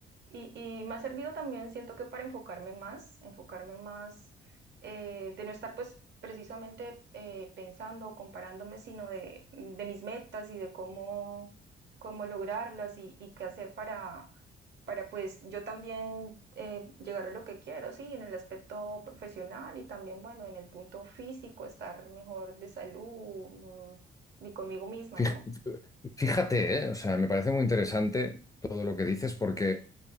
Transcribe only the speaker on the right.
Y, y me ha servido también, siento que para enfocarme más, enfocarme más, eh, de no estar pues precisamente eh, pensando o comparándome, sino de, de mis metas y de cómo, cómo lograrlas y, y qué hacer para, para pues yo también eh, llegar a lo que quiero, sí, en el aspecto profesional y también, bueno, en el punto físico, estar mejor de salud mm, y conmigo misma,
¿no?